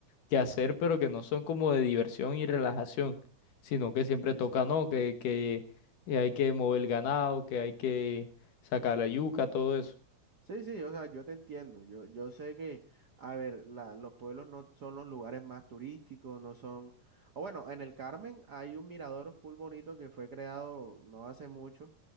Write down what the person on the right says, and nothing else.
Sí,
sí.
Sí, sí, o sea, yo te entiendo. Yo, yo sé que, a ver, la- los pueblos no son los lugares más turísticos, no son. O bueno, en el Carmen hay un mirador full bonito que fue creado no hace mucho.